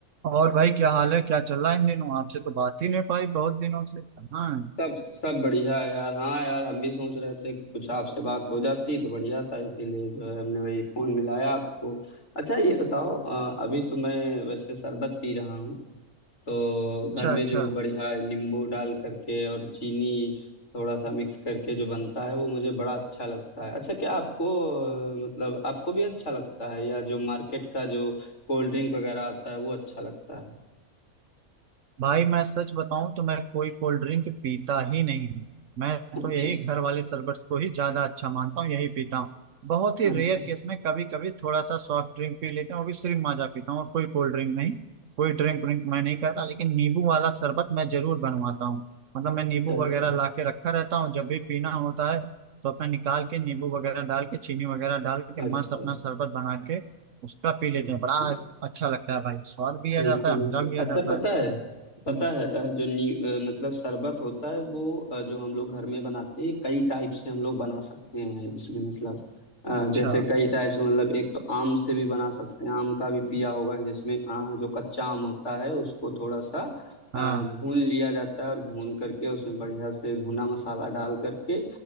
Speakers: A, on the right; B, on the left.
A: और भाई क्या हाल है क्या चल रहा है इन दिनों आपसे तो बात ही नहीं हो पाई बहुत दिनों से हाँ
B: सब सब बढ़िया है यार हाँ यार हम भी सोच रहे थे कि कुछ आपसे बात हो जाती तो बढ़िया था इसीलिए जो है हमने वही फोन मिलाया आपको अच्छा ये बताओ अ, अभी तो मैं वैसे शरबत पी रहा हूँ तो
A: अच्छा
B: घर में
A: अच्छा
B: जो बढ़िया नींबू डाल करके और चीनी थोड़ा सा मिक्स करके जो बनता है वो मुझे बड़ा अच्छा लगता है अच्छा क्या आपको अ, मतलब आपको भी अच्छा लगता है या जो मार्केट का जो कोल्ड ड्रिंक वगैरह आता है वो अच्छा लगता है
A: भाई मैं सच बताऊं तो मैं कोई कोल्ड ड्रिंक पीता ही नहीं हूँ मैं
B: अच्छा
A: तो यही घर वाले शरबत को ही ज्यादा अच्छा मानता हूँ यही पीता हूँ बहुत ही
B: अच्छा
A: रेयर केस में कभी कभी थोड़ा सा सॉफ्ट ड्रिंक पी लेते हैं वो भी सिर्फ माजा पीता हूँ और कोई कोल्ड ड्रिंक नहीं कोई ड्रिंक व्रिंक मैं नहीं करता लेकिन नींबू वाला शरबत मैं जरूर बनवाता हूँ मतलब मैं
B: अच्छा
A: नींबू वगैरह ला के रखा रहता हूँ जब भी पीना होता है तो अपना निकाल के नींबू वगैरह डाल के चीनी वगैरह डाल के
B: अच्छा
A: मस्त अपना शरबत बना के उसका पी लेते
B: अच्छा
A: हैं बड़ा अच्छा लगता है भाई स्वाद भी
B: बिल्कुल
A: आ जाता है
B: बिल्कुल
A: मजा भी
B: अच्छा
A: आ जाता
B: पता
A: है
B: है पता
A: हम्म।
B: है अ, जो नी, अ, मतलब शरबत होता है वो अ, जो हम लोग घर में बनाते हैं ये कई टाइप से हम लोग बना सकते हैं इसमें मतलब अ, जैसे
A: अच्छा
B: कई टाइप से मतलब एक तो आम से भी बना सकते हैं आम का भी पिया होगा जिसमें आ, जो कच्चा आम होता है उसको थोड़ा सा अ,
A: हाँ
B: भून लिया जाता है और भून करके उसमें बढ़िया से भुना मसाला डाल करके